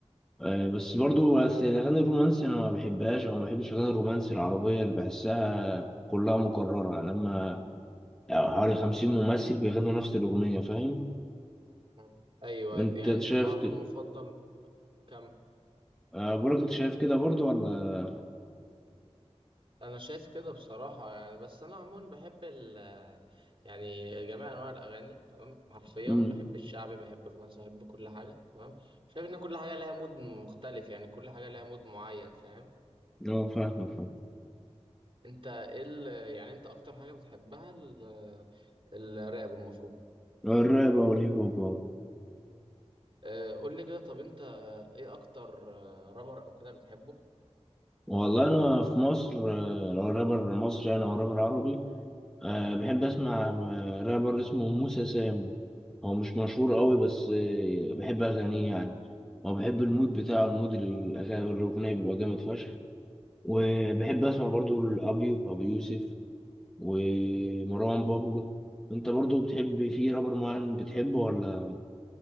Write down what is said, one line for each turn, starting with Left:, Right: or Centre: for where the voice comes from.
Centre: آه، بس برضو بس الأغاني الرومانسي أنا ما بحبهاش أو ما بحبش الأغاني الرومانسي العربية اللي بحسها كلها مكررة يعني لما يعني حوالي خمسين ممثل بيغنوا نفس الأغنية فاهم؟
Right: مم. أيوه
Centre: أنت
Right: أيوة. يعني أنت
Centre: شايف
Right: نوعك
Centre: كده
Right: المفضل كم؟
Centre: آه، بقولك أنت شايف كده برضو ولا؟
Right: انا شايف كده بصراحه يعني بس انا عموما بحب ال يعني جميع انواع الاغاني تمام حرفيا
Centre: مم.
Right: بحب الشعبي بحب الرومانسي بحب كل حاجه تمام شايف ان كل حاجه لها مود مختلف يعني كل حاجه لها مود معين فاهم
Centre: أه فاهم فاهم
Right: انت ايه ال- يعني انت اكتر حاجه بتحبها ال- الراب المفروض
Centre: الراب أو الهيب هوب أهو.
Right: آه، قول لي كده طب انت ايه اكتر آه، رابر او كده بتحبه
Centre: والله أنا في مصر آه، لو رابر مصري يعني أو رابر عربي أه بحب أسمع م- رابر اسمه موسى سام هو مش مشهور قوي بس آه، بحب أغانيه يعني أو بحب المود بتاعه المود الأغاني الأغنية بيبقى جامد فشخ وبحب أسمع برضو الأبيو أبو يوسف ومروان
Right: مم.
Centre: بابلو أنت برضو بتحب في رابر معين بتحبه ولا